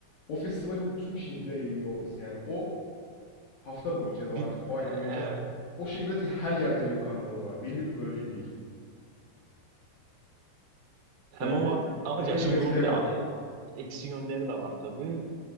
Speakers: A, on the left; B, on the right.
A: o festivalin tüm şehire yayılıyor olması. Yani o hafta boyunca ya
B: Bir,
A: da artık o ay boyunca
B: evet
A: o şehirdeki her yerde Rio Karnavalı var. Belli bir bölge değil.
B: hem
A: Yani
B: o
A: be-
B: var ama
A: beni
B: ya
A: en çok
B: şimdi
A: etkileyen
B: bunun bir de
A: o.
B: e, eksi yönleri de var tabii.